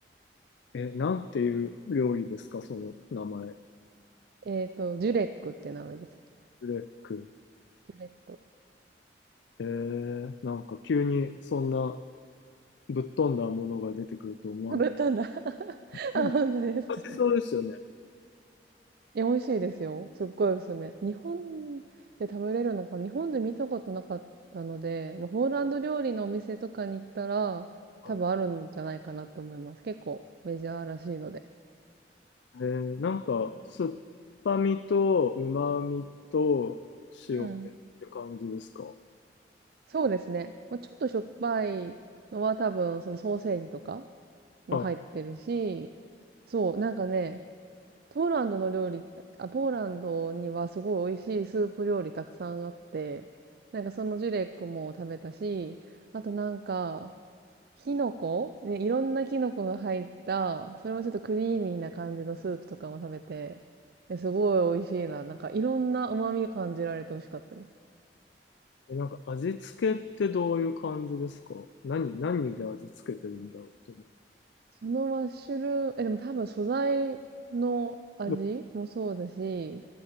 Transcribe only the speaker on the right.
えっと、ジュレックって名前です。
ジュレック。
食べたんだ。<laughs>
あ、
本当ですか。
いや、美味しいですよ。すっごいおすすめ。日本で食べれるのか、日本で見たことなかったので、まあ、ポーランド料理のお店とかに行ったら、
多分あるんじゃないかなと思います。結構メジャーらしいので。
うん。そうですね。まあ、ちょっとしょっぱいのは多分、そのソーセージとかも入ってるし、
そう、なんかね、ポーランドの料理、あ、ポーランドにはすごい美味しいスープ料理たくさんあって、なんかそのジュレックも食べたし、あとなんか、キノコね、いろんなキノコが入った、それもちょっとクリーミーな感じのスープとかも食べて、えすごい美味しいな。なんかいろんな旨味を感じられて美味しかったです。
そのマッシュルーム、え、でも多分素材の味もそうだし、